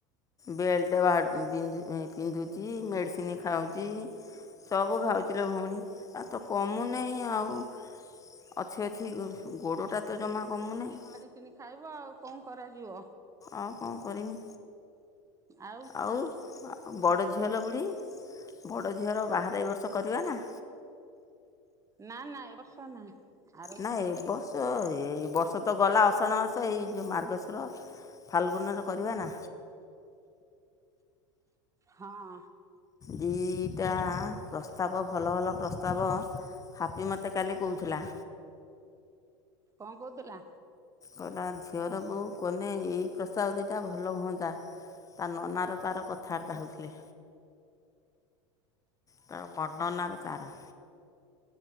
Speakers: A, on the left; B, on the right.
A: ବେଲ୍ଟ ବିନ୍ଧ ପିନ୍ଧୁଛି ମେଡ଼ିସିନି ଖାଉଚି। ସବୁ ଖାଉଥିଲେ ଭଉଣୀ ଆ ତ କମୁନାହିଁ ଆଉ। ଅଛି ଅଛି ଗୋଡ଼ଟା ତ ଜମା କମୁନାହିଁ।
B: କିିନି ଖାଇବ ଆଉ କଣ କରାଯିବ।
A: ଆଉ କଣ କରିମି?
B: ଆଉ
A: ଆଉ ବଡ଼ ଝିଅଲ ବୁଢ଼ି ବଡ଼ ଝିଅର ବାହାରେ ଏ ବର୍ଷ କରିବା ନା।
B: ନା ନା ଏ ବର୍ଷ ନାହିଁ। ଆର ବର୍ଷକୁ
A: ନାଇଁ ବର୍ଷ ଏଇ ବର୍ଷ ତ ଗଲା ଅଷାଣ ମାସ ଏଇ ଯେଉଁ ମାର୍ଗସିର। ଫାଲଗୁନର କରିବା ନା।
B: ହଁ।
A: ଦିଟା ପ୍ରସ୍ତାବ ଭଲ ଭଲ ପ୍ରସ୍ତାବ। ହାପି ମତେ କାଲି କହୁଥିଲା।
B: କଣ କହୁଥିଲା।
A: କ ନା ଝିଅର ବୋଉ କହନେ ଏଇ ପ୍ରସାବ ଦିଟା ଭଲ ହୁଅନ୍ତା। ତା ନନାର ତାର କଥାବାର୍ତ୍ତା ହେଉଥିଲେ। ତାର ବର୍ଣ୍ଣନାର ତାର।